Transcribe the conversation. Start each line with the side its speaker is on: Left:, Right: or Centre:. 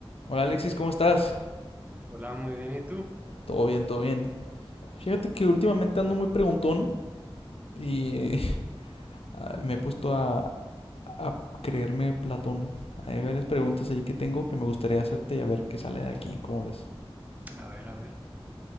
Left: Hola Alexis, ¿cómo estás?
Right: Hola, muy bien, ¿y tú?
Left: Todo bien, todo bien. Fíjate que últimamente ando muy preguntón y <laughs> ah, me he puesto a, a creerme Platón. Hay varias preguntas ahí que tengo que me gustaría hacerte y a ver qué sale de aquí, ¿cómo ves?
Right: A ver, a ver,